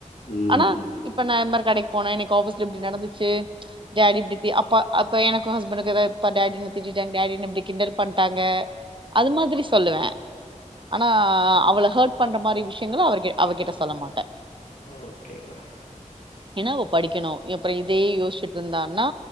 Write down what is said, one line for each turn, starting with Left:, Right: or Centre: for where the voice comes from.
Left: உம்
Right: ஆனா இப்ப நா இன் மாரி கடைக்கு போனே ஆபீஸ்ல இப்டி நடந்துச்சு டாடி இப்டித் அப்பா அப்ப எனக்கும் ஹஸ்பண்டுக்கு டாடி திட்டிட்டாங் டாடி இப்டி கிண்டல் பண்ட்டாங்க அது மாதிரி சொல்லுவே ஆனா அவள ஹர்ட் பண்ற மாரி விஷயங்கள் அவர் அவகிட்ட சொல்ல மாட்டே
Left: ஓகே கனா
Right: ஏன்னா அவ படிக்கணு அப்றோம் இதயே யோசிச்சுட்டு இருந்தான்னா